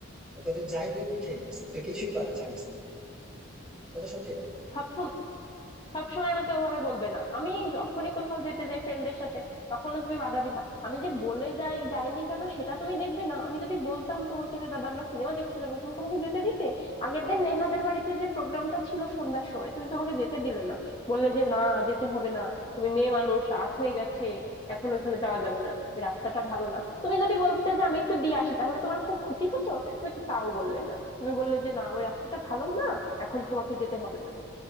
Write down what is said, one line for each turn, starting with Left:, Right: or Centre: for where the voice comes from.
Centre: তোকে তো যাই দিলে তুই খেয়ে নিস তুই কিছুই বা- ছাড়িস না এটা তো সত্যি কথা
Left: সব সবসময় আমাকে ওভাবে বলবে না আমি যখনই কোথাও যেতে যাই ফ্রেন্ডদের সাথে তখনও তুমি বাধা দিবা আমি যে বলে যাই যাইনি কেন সেটা তুমি দেখবে না আমি যদি বলতাম তোমাকে যে দাদা আমরা সিনেমা দেখতে যাবো তুমি কি আমাকে যেতে দিতে আগের দিন নেহাদের বাড়িতে যে প্রোগ্রামটা ছিল সন্ধ্যার সময় তুমি তোমাকে যেতে দিলে না বললে যে না যেতে হবে না তুমি মেয়ে মানুষ রাত হয়ে গেছে এখন ওখানে যাওয়া যাবে না রাস্তাটা ভালো না তুমি যদি বলতে যে আমি একটু দিয়ে আসি তাহলে তোমার খুব ক্ষতি হতো তুমি তো তাও বললে না তুমি বললে যে না ওই রাস্তাটা ভালো না এখন তোমাকে যেতে হবে না